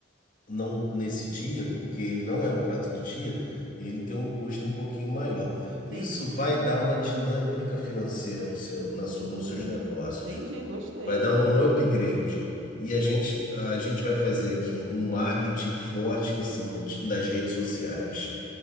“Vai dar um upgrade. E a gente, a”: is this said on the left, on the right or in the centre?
Left